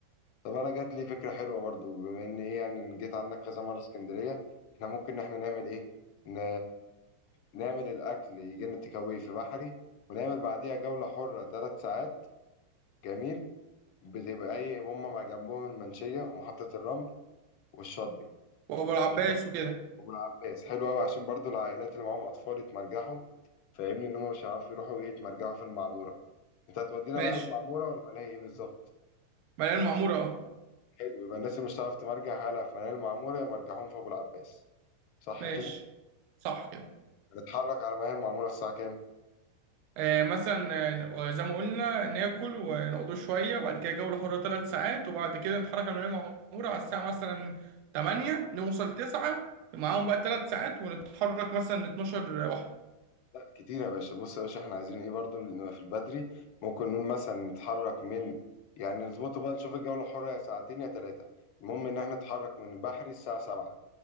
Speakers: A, on the left; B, on the right.
A: طب انا جات لي فكره حلوه برضو بما ان ايه يعني جيت عندك كذا مره اسكندريه احنا ممكن ان احنا نعمل ايه ن... نعمل الاكل يجي لنا تيك أواي في بحري ونعمل بعديها جوله حره ثلاث ساعات جميل بتبقى ايه هم مع جنبهم المنشيه ومحطه الرمل والشاطبي
B: وابو العباس
A: جميل
B: وكده
A: وابو العباس حلو قوي عشان برضو العائلات اللي معاهم اطفال يتمرجحوا فاهمني ان هم مش هيعرفوا يروحوا ايه يتمرجحوا في المعموره انت هتودينا
B: ماشي
A: بقى في المعموره ولا ملاهي ايه بالظبط
B: مليان معموره اه
A: حلو يبقى الناس اللي مش هتعرف تمرجح حالها في ملاهي المعموره يمرجحون في ابو العباس صح
B: ماشي
A: كده
B: صح كده
A: هنتحرك على ما هي المعموره الساعه كام
B: آه، مثلا آه، زي ما قلنا ناكل ونقعدوا شوية وبعد كده جولة حرة ثلاث ساعات وبعد كده نتحرك من المدينة المعمورة على الساعة مثلا 8 نوصل 9 معاهم بقى ثلاث ساعات ونتحرك مثلا 12 واحدة
A: لا كتير يا باشا بص يا باشا احنا عايزين ايه برضو نبقى في البدري ممكن نقول مثلا نتحرك من يعني نظبطه بقى نشوف الجولة الحرة يا ساعتين يا ثلاثة المهم ان احنا نتحرك من بحري الساعة 7